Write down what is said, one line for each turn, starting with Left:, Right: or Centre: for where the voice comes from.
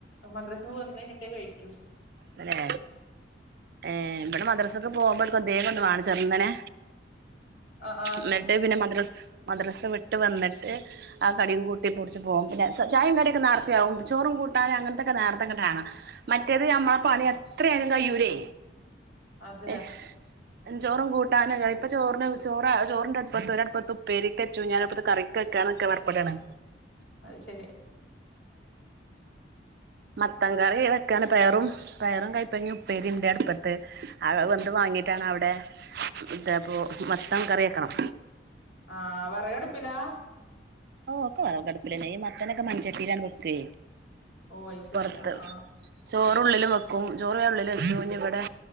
Left: മദ്രസ് വന്ന്ഴിഞ്ഞട്ടെ കഴിക്കു
Right: തന്നെ ഏ ഇബടെ മദ്രാസക്കെപോകുമ്പട്ക് എന്തേങ്ങൊന്ന് വാണം ചെറ്ന്നനെ
Left: ആഹ് ആഹ്
Right: ഇന്നട്ട് പിന്നെ മദ്രസ മദ്രസ വിട്ട് വന്നിട്ട് ആ കടിയും കൂട്ടി പൊടിച്ചു പോകും പിന്നെ ചായയും കടിയൊക്കെ നേർത്തെയാവും ചോറും കൂട്ടാനും അങ്ങനത്തൊക്കെ നേർത്തെങ്ങട്ടാണ് മറ്റേത് നമ്മളെ പണി എത്രയായ്ലും കയ്യൂലെ
Left: അതെ
Right: എ ചോറും കൂട്ടാനും ഇപ്പ ചോറിന് ചോറ് ചോറിന്റെട്പ്പത്ത് ഒരട്പ്പത്ത് ഉപ്പേരിക്കെച്ചു ഞാനട്പത്ത് കറിക്കക്കെനിക്ക പർപ്പെടാണ്
Left: അത് ശെരി
Right: മത്തൻ കറി വെക്കാണ് പയറും പയറും കയ്പങ്ങ ഉപ്പേരിണ്ട് അട്പ്പത്ത് അഹ് വെന്ത് വാങ്ങിട്ടാണ് അവിടെ ഇതാപ്പൊ മത്തൻ കറിയക്കണം
Left: ആഹ് വെറകടുപ്പിലാ
Right: ഓ ഒക്കെ വെറക്അട്പ്പിലന്നെ ഈ മത്തനൊക്കെ മൺച്ചട്ടിയിലാണ് വെക്കെ
Left: ഓ അത് ശരി
Right: പുറത്ത്
Left: ആഹ് ആഹ്
Right: ചോറ്ള്ളിലും വെക്കും ചോറ് ഞാ ഉള്ളിലുവെച്ചു ഇനി ഇവിടെ